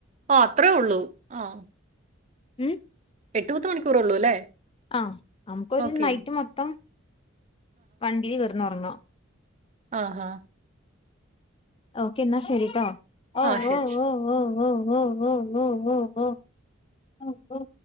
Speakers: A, on the right (about 35°); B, on the left (about 25°).
A: ആ അത്രേ ഉള്ളൂ ആഹ
B: ഉം
A: എട്ടുപത് മണിക്കൂറ ഉള്ളൂ അല്ലേ
B: ആഹ നമുക്കൊരു
A: ഓക്കേ.
B: നൈറ്റ് മൊത്തം വണ്ടിൽ കയറന്ന്ുറങ്ങാം
A: ആഹ ആഹ
B: ഓക്ക എന്നാ ശരിരിക്കാ ഓ
A: ആ ശരി.
B: ഓ ഓ ഓ ഓ ഓ ഓ ഓ ഓ ഓ ഓ